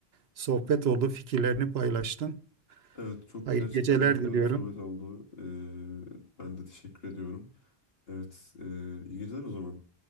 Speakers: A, on the right (about 70°); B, on the left (about 65°).
A: sohbet oldu. Fikirlerini paylaştın.
B: Evet çok
A: Hayırlı
B: gerçekten
A: geceler
B: güzel
A: diliyorum.
B: bir sohbet oldu. Ee, ben de teşekkür ediyorum. Evet, e, iyi geceler o zaman.